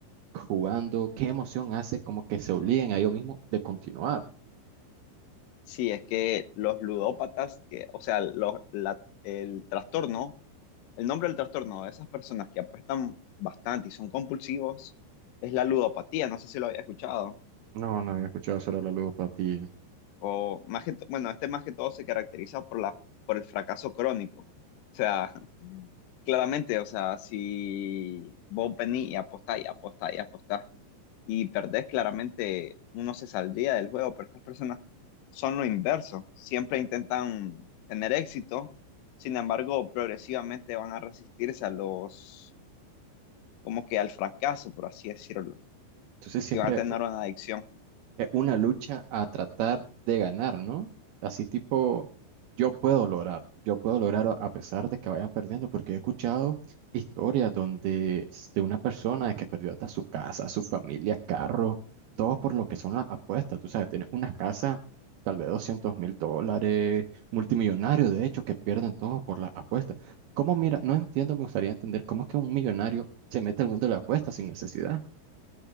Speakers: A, on the right (about 75°); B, on the left (about 85°).
A: jugando? ¿Qué emoción hace como que se obliguen a ellos mismos de continuar?
B: Sí, es que los ludópatas, que, o sea, los, la- el trastorno, el nombre del trastorno de esas personas que apuestan bastante y son compulsivos es la ludopatía, no sé si lo había escuchado,
A: No, no había escuchado sobre la ludopatía.
B: o más que, to- bueno, este más que todo se caracteriza por la, por el fracaso crónico. O sea, <laughs> claramente, o sea, si vos venís y apostás y apostás y apostás y perdés, claramente uno se saldría del juego, pero estas personas son lo inverso, siempre intentan tener éxito, sin embargo, progresivamente van a resistirse a los, como que al fracaso, por así decirlo,
A: Entonces siempre,
B: y van a tener una adicción.
A: eh, una lucha a tratar de ganar, ¿no? Así tipo, yo puedo lograrlo, yo puedo lograrlo a pesar de que vayan perdiendo, porque he escuchado historias donde s- de una persona que perdió hasta su casa, su familia, carro, todo por lo que son las apuestas, tú sabes, tiene una casa tal vez doscientos mil dólares, multimillonario de hecho, que pierden todo por las apuestas. ¿Cómo mira? No entiendo, me gustaría entender cómo es que un millonario se mete al mundo de las apuestas sin necesidad.